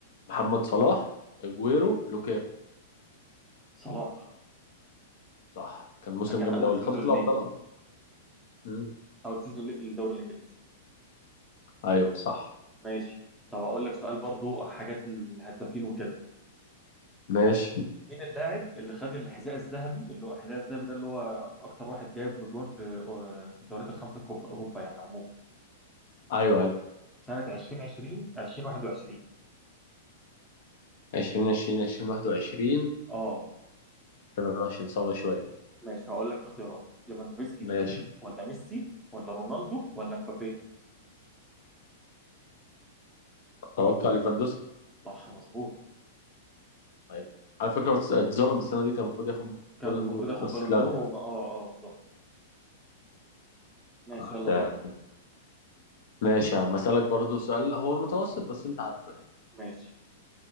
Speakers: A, on the left; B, in the centre.
A: محمد صلاح اجويرو لوكاكو
B: صلاح
A: صح كان موسم
B: ده كان
A: جامد
B: اول
A: قوي اللي
B: سيزون
A: خد في
B: ليه
A: الابطال أصلاً. مم.
B: اول سيزون ليه في الدوري الانجليزي
A: ايوه صح
B: ماشي طب اقول لك سؤال برضو حاجات الهدافين وكده
A: ماشي
B: مين اللاعب اللي خد الحذاء الذهبي اللي هو الحذاء الذهبي ده اللي هو اكتر واحد جايب بجوان في آه، في الدوريات الخمسه الكبرى اوروبا يعني عموما
A: ايوه ايوه
B: سنة 2020 2021
A: 20 20 20 21
B: اه
A: 23 صعبه شويه دي
B: ماشي هقول لك اختيارات ليفاندوفسكي
A: ماشي
B: ولا ميسي ولا رونالدو ولا مبابي
A: اتوقع ليفاندوسكي
B: صح مظبوط
A: ايوه على فكره اتس- اتظلم السنه دي كان المفروض ياخد
B: كان
A: بالون
B: المفروض
A: دور
B: ياخد
A: بس
B: بالون
A: اتلغى.
B: دور وما اه اه بالظبط ماشي
A: آه،
B: يلا
A: تمام.
B: دور
A: ماشي يا عم اسالك برضه سؤال هو متوسط بس انت عارفه يعني
B: ماشي